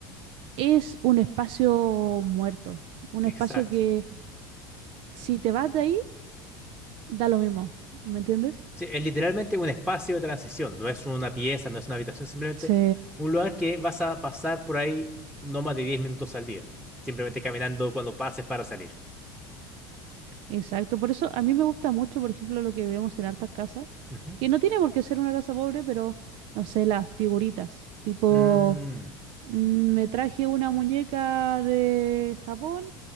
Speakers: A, on the right (about 55°); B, in the centre.
A: es un espacio muerto, un
B: Exacto.
A: espacio que si te vas de ahí, da lo mismo, ¿me entiendes?
B: Sí, es literalmente un espacio de transición. No es una pieza, no es una habitación, simplemente
A: Sí,
B: un lugar que vas a pasar por ahí no más de 10 minutos al día. Simplemente caminando cuando pases para salir.
A: exacto. Por eso a mí me gusta mucho, por ejemplo, lo que vemos en hartas casas,
B: Ujú.
A: que no tiene por qué ser una casa pobre, pero no sé, las figuritas, tipo
B: Mm,
A: Mm, Me traje una muñeca de Japón,